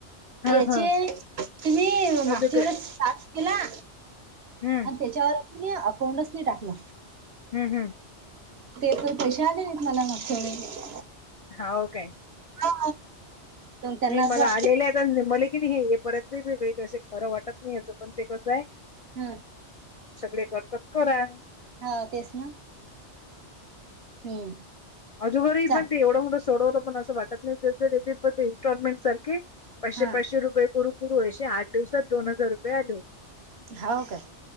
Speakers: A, on the left (about 50°); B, on the right (about 65°).
A: हां,
B: याचे
A: हां.
B: ती माग
A: अदुक
B: वेळेला टास्क केला
A: हम्म!
B: आणि त्याच्यावर अकाउंटच नाही टाकल.
A: हम् हम्!
B: ते तर पैसे आले नाहीत मला मागच्यावेळेला.
A: हाव काय?
B: हा! मग त्यांना
A: नाही
B: असं
A: मला
B: वाटत
A: आलेले आहेता मले की नाय परत नाही हे असे खरं वाटत नाही याच पण ते कसं हे
B: हा
A: सगळे करतात तर करा.
B: हा तेच ना हम्म!
A: अजूनबरही
B: चाल
A: पण ते एवढं मोंठ सोडवलं पणं वाटत नाही ते पण ते इन्स्टॉलमेंट सारखे. पाचशे
B: हा
A: पाचशे रुपये करु करू आसेे आठ दिवसात दोन हजार रुपये आले.
B: हाव काय